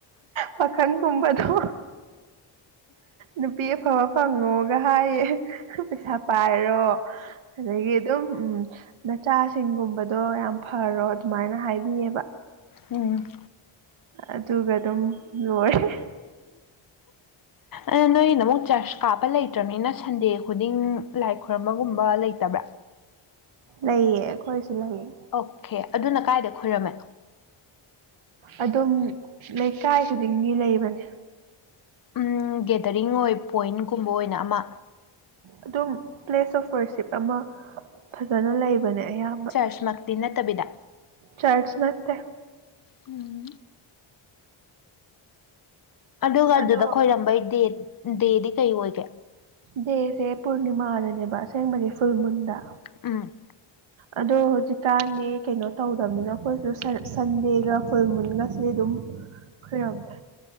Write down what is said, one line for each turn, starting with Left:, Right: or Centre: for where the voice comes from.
Right: ꯄꯥꯈꯪꯒꯨꯝꯕꯗꯣ ꯅꯨꯄꯤ ꯑꯐꯕ꯫ ꯐꯪꯉꯣꯒ ꯍꯥꯏꯌꯦ ꯄꯩꯁꯥ ꯄꯥꯏꯔꯣ ꯑꯗꯒꯤ꯫ ꯑꯗꯨꯝ ꯎꯝ ꯅꯆꯥꯁꯤꯡꯒꯨꯝꯕꯗꯣ ꯌꯥꯝ ꯐꯔꯣ ꯑꯗꯨꯃꯥꯏꯅ ꯍꯥꯏꯕꯤꯌꯦꯕ꯫
Left: ꯎꯝ꯫
Right: ꯑꯗꯨꯒ ꯑꯗꯨꯝ ꯂꯣꯏꯔꯦ꯫
Left: ꯑꯗꯣ ꯅꯣꯏꯒꯤꯗꯃꯛ ꯆꯔꯆ ꯀꯥꯞꯄ ꯂꯩꯇ꯭ꯔꯕꯅꯤꯅ ꯁꯟꯗꯦ ꯈꯨꯗꯤꯡ ꯂꯥꯏ ꯈꯨꯣꯏꯔꯕꯒꯨꯝꯕ ꯂꯩꯇꯕ꯭ꯔꯥ꯫
Right: ꯂꯩꯌꯦ ꯑꯩꯈꯣꯏꯁꯨ ꯂꯩꯌꯦ
Left: ꯑꯣꯀꯦ ꯑꯗꯨꯅ ꯀꯥꯏꯗ ꯈꯔꯝꯃꯦ
Right: ꯑꯗꯨꯝ ꯂꯩꯀꯥꯏ ꯈꯨꯗꯤꯡꯒꯤ ꯂꯩꯕꯅꯦ
Left: ꯎ ꯒꯦꯗꯔꯤꯡ ꯑꯣꯏ ꯄꯣꯏꯟꯀꯨꯝꯕ ꯑꯣꯏꯅ ꯑꯃ
Right: ꯑꯗꯨꯝ ꯄ꯭ꯂꯦꯁ ꯑꯣꯐ ꯋꯔꯁꯤꯞ ꯑꯃ ꯐꯖꯅ ꯂꯩꯕꯅꯦ ꯑꯌꯥꯝꯕ
Left: ꯆꯔꯁꯃꯛꯇꯤ ꯅꯠꯇꯕꯤꯗ
Right: ꯆꯥꯖꯁ ꯅꯥꯛꯇ
Left: ꯎꯝ ꯑꯗꯨꯒ
Right: ꯑꯗꯣ
Left: ꯑꯗꯨꯗ ꯈꯣꯏꯔꯝꯕꯩ ꯗꯦ ꯗꯦꯗꯤ ꯀꯩ ꯑꯣꯏꯒ
Right: ꯗꯦꯁꯦ ꯄꯨꯔꯅꯤꯃꯥꯗꯅꯦꯕ ꯑꯁꯦꯡꯕꯗꯤ ꯐꯨꯜ ꯃꯨꯟꯗ
Left: ꯎꯝ
Right: ꯑꯗꯣ ꯍꯧꯖꯤꯛꯀꯥꯟꯗꯤ ꯀꯩꯅꯣ ꯇꯧꯗꯕꯅꯤꯅ ꯑꯩꯈꯣꯏꯁꯨ ꯁꯟꯗꯦꯒ ꯐꯨꯜ ꯃꯨꯟꯒꯁꯤꯗꯤ ꯑꯗꯨꯝ ꯈꯔꯗ